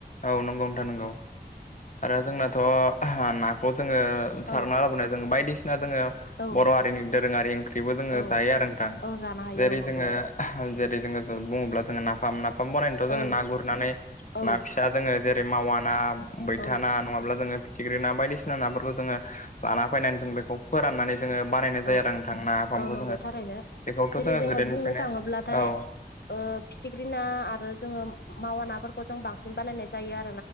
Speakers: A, on the left; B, on the left.
A: औ नंगौ नोंथां नंगौ आरो जोंनाथ' नाखौ जोङो सारना
B: औ
A: लाबोना जोङो बायदिसिना जोङो
B: औ
A: बर' हारिनि दोरोङारि ओंख्रिबो जोङो
B: औ
A: जायो आरो नोंथां
B: औ जानो हायो
A: जेरै
B: औ नंगौ
A: जोङो जेरै जोङो बुङोब्ला जोङो नाफाम नाफाम बानायनोथ' जोङो
B: औ
A: ना गुरनानै
B: औ
A: ना फि दा जोङो जेरै मावा ना बैथा
B: औ
A: ना नङाब्ला जोङो फिथिख्रि ना बायदिसिना नाफोरखौ जोङो लाना फैनानै जों बेखौ फोराननानै जोङो बानायनाय
B: औ
A: जायो आरो नोंथां नाफामखौ
B: औ नंगौ
A: जोङो
B: थारैनो
A: बेखौथ'
B: जेरै
A: जोङो गोदोनिफ्रायनो
B: बुंनो थाङोब्लाथाय
A: औ
B: ओ फिथिख्रि ना आरो जोङो मावा नाफोरखौ जों बांसिन बानायनाय जायो आरो